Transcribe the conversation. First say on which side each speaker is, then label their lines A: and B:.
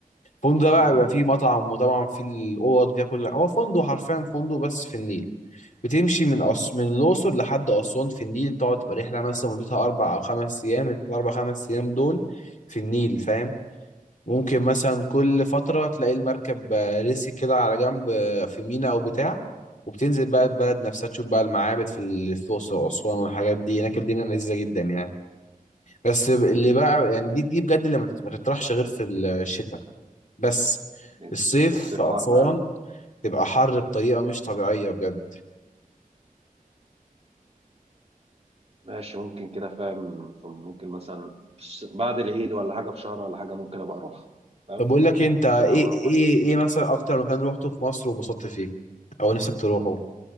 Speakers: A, on the left (about 55°); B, on the right (about 45°).
A: الفندق ده بقى
B: مم.
A: بيبقى فيه مطعم وطبعا فيه الاوض فيها كل هو فندق حرفيا فندق بس في النيل بتمشي من
B: مم.
A: أس... من الاقصر لحد اسوان في النيل تقعد تبقى رحله مثلا مدتها اربع او خمس ايام انت الاربع خمس ايام دول في النيل فاهم ممكن
B: مم.
A: مثلا كل فترة تلاقي المركب آه، رسي كده على جنب آه، في ميناء أو بتاع وبتنزل بقى البلد نفسها تشوف بقى المعابد في ال- في الأقصر وأسوان والحاجات دي هناك الدنيا لذيذة جدا يعني بس ب- اللي بقى يعني دي دي بجد اللي ما تت- ما تطرحش غير في الشتاء بس
B: مم.
A: الصيف
B: الصيف
A: في
B: حر
A: أسوان
B: ها
A: تبقى حر بطريقة مش طبيعية بجد
B: ماشي ممكن كده فاهم في- ممكن مثلا بعد العيد ولا حاجه بشهر ولا حاجه ممكن ابقى اروح فاهم
A: طب أقول لك إيه، أنت
B: ممكن
A: إيه
B: ابقى اروح
A: إيه
B: مع عيلتي
A: إيه مثلا أكتر مكان روحته في مصر وبسطت فيه أو نفسك تروحه؟